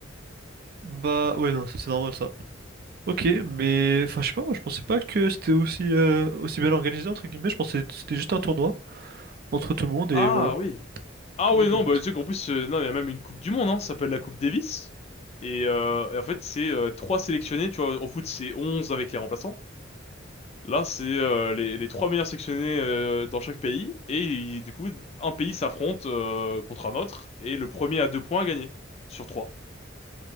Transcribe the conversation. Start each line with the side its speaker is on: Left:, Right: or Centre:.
Right: Bah, ouais, non, ça c'est normal ça. Ok, mais enfin, je sais pas, moi, je pensais pas que c'était aussi, euh, aussi bien organisé, entre guillemets. Je pensais que c'était juste un tournoi entre tout le monde
Left: Ah
Right: et voilà.
Left: oui, Ah
Right: Pas
Left: ouais,
Right: du tout
Left: non,
Right: en fait.
Left: bah, tu sais qu'en plus, euh, non, il y a même une Coupe du Monde, hein, ça s'appelle la Coupe Davis. Et, euh, et en fait, c'est euh, trois sélectionnés, tu vois, au foot, c'est 11 avec les remplaçants. Là, c'est euh, les, les trois meilleurs sélectionnés euh, dans chaque pays. Et il- du coup, un pays s'affronte euh, contre un autre, et le premier à deux points a gagné, sur trois.